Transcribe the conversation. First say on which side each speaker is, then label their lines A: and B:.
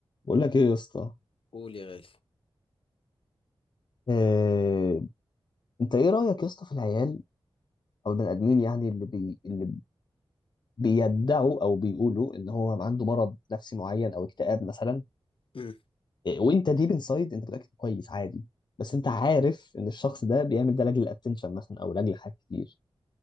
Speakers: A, on the left (about 50°); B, on the left (about 70°).
A: بقول لك ايه يا اسطى
B: قول يا غالي
A: آه، انت ايه رأيك يا اسطى في العيال او البني ادمين يعني اللي بي... اللي بيدعوا او بيقولوا ان هو عنده مرض نفسي معين او اكتئاب مثلا
B: امم
A: آه، وانت ديب انسايد انت متأكد كويس عادي بس انت عارف ان الشخص ده بيعمل ده لاجل الاتنشن مثلا او لاجل حاجات كتير